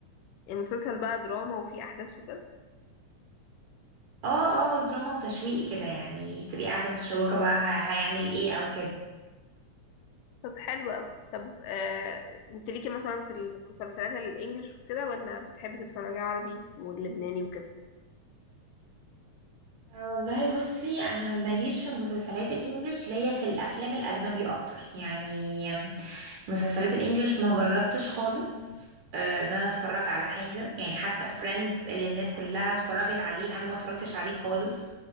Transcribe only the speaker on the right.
اه اه دراما وتشويق كده يعني تبقي قاعدة متشوقة بقى ه- هيعمل ايه او كده
آه، والله بصي انا ماليش في المسلسلات الانجليش ليا في الافلام الاجنبي اكتر يعني مسلسلات الانجليش ما جربتش خالص آه، ان انا اتفرج على حاجه يعني حتى فريندز اللي الناس كلها اتفرجت عليه انا ما اتفرجتش عليه خالص